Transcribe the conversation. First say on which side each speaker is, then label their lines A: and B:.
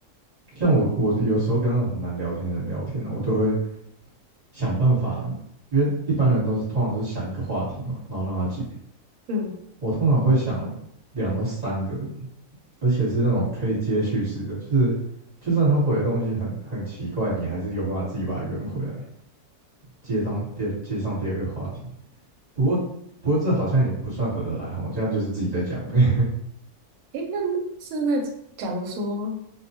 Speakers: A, on the right; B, on the right.
A: 像我我有时候跟那种很难聊天的人聊天呢、我都会想办法，因为一般人都是通常都是想一个话题嘛，然后让他接。
B: 嗯，
A: 我通常会想两到三个，而且是那种可以接续式的，就是就算他回的东西很很奇怪，你还是有办法自己把它圆回来，接上第接上第二个话题。不过不过这好像也不算合得来哈，这样就是自己在讲而已。
B: 诶，那是那假如说，